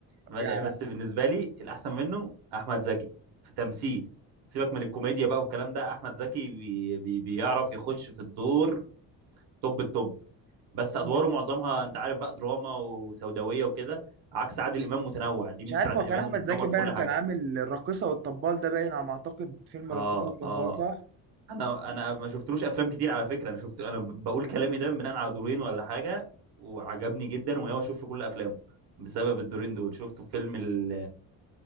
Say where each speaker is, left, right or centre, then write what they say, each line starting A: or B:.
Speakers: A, on the right; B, on the right.
A: بل-
B: يعني
A: بس بالنسبه لي الاحسن منه احمد زكي في التمثيل سيبك من الكوميديا بقى والكلام ده احمد زكي بي بي بيعرف يخش في الدور توب التوب بس ادواره
B: أحمد-
A: معظمها انت عارف بقى دراما وسوداويه وكده عكس عادل امام متنوع دي
B: مش
A: ميزه
B: عارف
A: عادل
B: هو كان
A: امام
B: احمد
A: إنه متنوع
B: زكي
A: في
B: باين
A: كل حاجه
B: كان عامل الراقصه والطبال ده باين على ما اعتقد فيلم
A: اه
B: الراقصه والطبال
A: اه
B: صح
A: انا انا ما شفتلوش افلام كتير على فكره انا شفت انا بقول كلامي ده بناء على دورين ولا حاجه وعجبني جدا وناوي اشوف له كل افلامه بسبب الدورين دول شفته في فيلم ال...